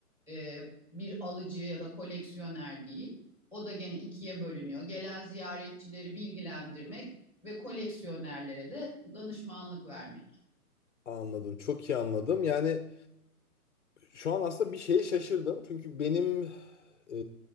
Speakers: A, in the centre; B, on the left.
A: e, bir alıcı ya da koleksiyoner değil. O da gene ikiye bölünüyor. Gelen ziyaretçileri bilgilendirmek ve koleksiyonerlere de danışmanlık vermek.
B: Anladım, çok iyi anladım. Yani Şu an aslında bir şeye şaşırdım. Çünkü benim e,